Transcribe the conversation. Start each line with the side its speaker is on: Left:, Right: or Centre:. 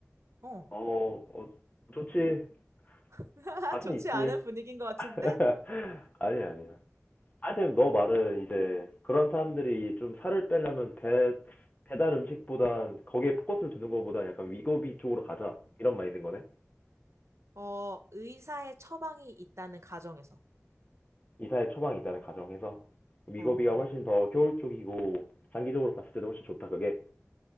Right: 어.
Left: 어, 어, 좋지.
Right: <laughs>
Left: 자신
Right: 좋지
Left: 있지.
Right: 않은 분위기인 것 같은데?
Left: <laughs> 아니야, 아니야. 하여튼 너 말은 이제 그런 사람들이 좀 살을 빼려면 배, 배달 음식보단 거기에 포커스를 두는 것보다 약간 위고비 쪽으로 가자. 이런 말있는 거네.
Right: 어, 의사의 처방이 있다는 가정에서.
Left: 이사의 처방이 있다는 가정에서 위고비가
Right: 어.
Left: 훨씬 더 효율적이고 장기적으로 봤을 때도 훨씬 좋다, 그게.